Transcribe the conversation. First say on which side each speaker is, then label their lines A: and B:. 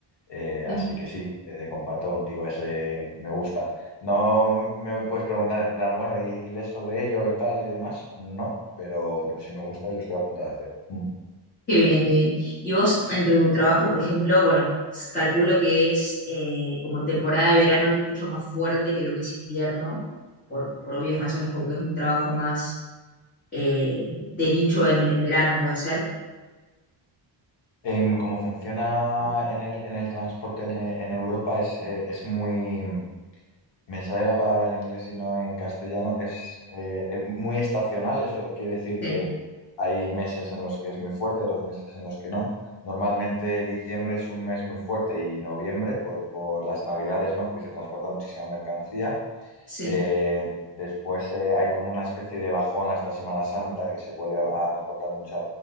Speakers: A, on the left; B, on the left.
A: Eh,
B: sí.
A: así que sí, eh, comparto contigo ese me gusta. No me puedes preguntar en plan, bueno, ¿y, y lees sobre ello y tal y demás? No, pero, pero sí me gusta y lo estoy a punto de hacer. Mm.
B: Qué bien, qué bien. Y vos en tu trabajo, por ejemplo, bueno, s- calculo que es eh, como temporada de verano es mucho más fuerte que lo que es invierno, por, por obvias razones, como que es un trabajo más eh, de nicho en, en verano, puede ser.
A: Em, cómo funciona en el, en el transporte en, en Europa es, eh, es muy Me sale la palabra en inglés y no en castellano. Es eh, eh, muy estacional, eso quiere decir
B: Sí,
A: que hay meses en los que es muy fuerte, otros meses en los que no. Normalmente diciembre es un mes muy fuerte y noviembre por, por las navidades, ¿no? Porque se transporta muchísima mercancía.
B: sí.
A: Eh, después eh, hay como una especie de bajón hasta Semana Santa que se vuelve a, a transportar mucha,